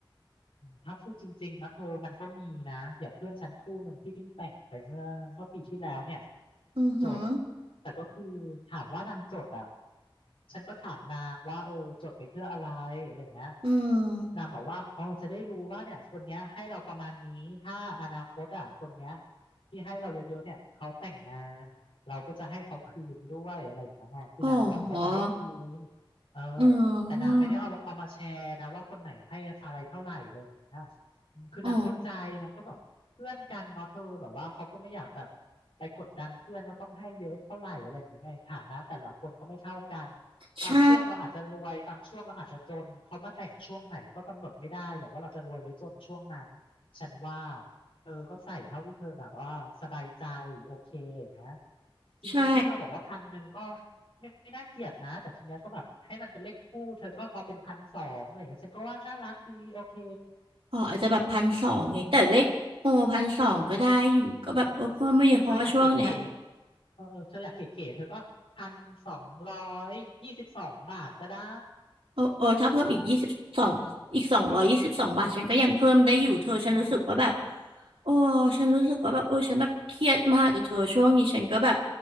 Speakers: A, on the left (about 85°); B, on the right (about 80°).
A: ถ้าพูดจริงๆนะเธอมันก็มีนะอย่างเพื่อนฉันคู่หนึ่งที่เพิ่งแต่งไปเมื่อเมื่อปีที่แล้วเนี่ย
B: อือหือ
A: จดแต่ก็คือถามว่านางจดอ่ะฉันก็ถามนางว่าเออจดไปเพื่ออะไรอะไรอย่างเงี้ย
B: อืม
A: นางบอกว่าอ๋อจะได้รู้ว่าเนี่ยคนเนี้ยให้เราประมาณนี้ถ้าอนาคตอ่ะคนเนี้ยที่ให้เราเยอะๆเนี่ยเขาแต่งงานเราก็จะให้เขาคืนด้วยอะไรอย่างเงี้ยไงคือนางหวังว่าจะให้คืน
B: อ๋อ
A: เออ
B: อื
A: แต่นางไม่ได้เอาเอามาแชร์นะว่าคนไหนให้อะไรเท่าไหร่อะไรอย่างเงี้ย
B: ม
A: อืมคือนางเข้าใจนางก็แบบเพื่อนกันเนาะเธอแบบว่าเขาก็ไม่อยากแบบ
B: อ๋อ
A: ไปกดดันเพื่อนว่าต้องให้เยอะเท่าไหร่อะไรอย่างเงี้ยฐานะแต่ละคนก็ไม่เท่ากัน
B: ใช่
A: บางช่วงเราอาจจะรวยบางช่วงเราอาจจะจนเขามาแต่งช่วงไหนก็กำหนดไม่ได้หรอกว่าเราจะรวยหรือจนช่วงนั้นฉันว่าเธอก็ใส่เท่าที่เธอแบบว่าสบายใจโอเคอย่างเงี้ยจริงๆที่เธอบอกว่าพันหนึ่งก็
B: ใช่
A: ไม่ไม่น่าเกลียดนะแต่ทีเนี้ยก็แบบให้มันเป็นเลขคู่เธอก็เอาเป็นพันสองอะไรอย่างเงี้ยฉันก็ว่าน่ารักดีโอเค
B: อ๋ออาจจะแบบพันสองเนี่ยแต่เลขโอพันสองก็ได้อยู่ก็แบบเออเพิ่มไม่เยอะเพราะว่าช่วงเนี้ย
A: หรือเธออยากเก๋ๆเออเธออยากเก๋ๆเธอก็พันสองร้อยยี่สิบสองบาทก็ได้
B: เออเออถ้าเพิ่มอีกยี่สิบสองอีกสองร้อยยี่สิบสองบาทฉันก็ยังเพิ่มได้อยู่เธอฉันรู้สึกว่าแบบ
A: ใช่
B: โอ้ฉันรู้สึกว่าแบบเออฉันแบบเครียดมากกับเธอช่วงนี้ฉันก็แบบ